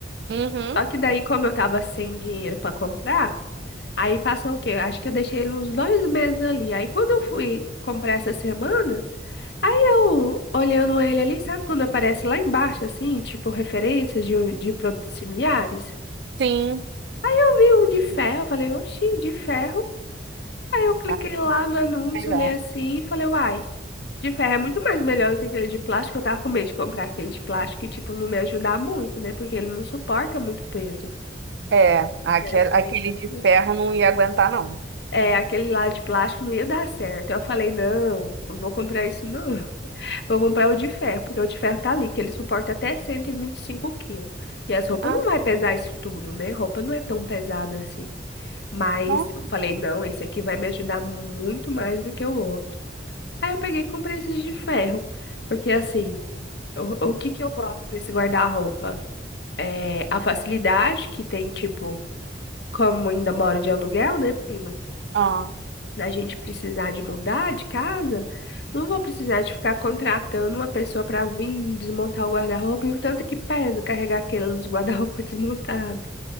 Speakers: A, on the right; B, on the left.
A: Uhum,
B: Só que daí, como eu tava sem dinheiro pra comprar, aí passou o quê? Acho que eu deixei ele uns dois meses ali. Aí quando eu fui comprar essa semana, Aí eu, olhando ele ali, sabe quando aparece lá embaixo, assim, tipo, referências de, de produtos similares?
A: sim.
B: Eu vi um de ferro, falei, oxi, de ferro. Aí eu cliquei
A: Ah,
B: lá no anúncio,
A: melhor.
B: olhei assim e falei, uai, de ferro é muito mais melhor do que aquele de plástico. Eu tava com medo de comprar aquele de plástico e, tipo, não me ajudar muito, né? Porque ele não suporta muito peso.
A: É, aquele,
B: Daí eu falei,
A: aquele de
B: não.
A: ferro não ia aguentar, não.
B: É, aquele lá de plástico não ia dar certo. Aí Eu falei, não, não vou comprar isso não. Vou comprar o de ferro, porque o de ferro tá ali, que ele suporta até cento e e vinte e cinco quilos. E as roupas
A: Ah,
B: não vai pesar isso tudo, né? Roupa não é tão pesada assim. Mas
A: não?
B: eu falei, não, esse aqui vai me ajudar muito mais do que o outro. Aí eu peguei e comprei esses de ferro. Porque assim, o, o que que eu gosto desse guarda-roupa? É a facilidade que tem, tipo, como ainda moro de aluguel, né, prima?
A: Ah,
B: da gente precisar de mudar de casa, não vou precisar de ficar contratando uma pessoa para vir desmontar o guarda-roupa e o tanto que pesa carregar aqueles guarda-roupa <laughs> desmontado.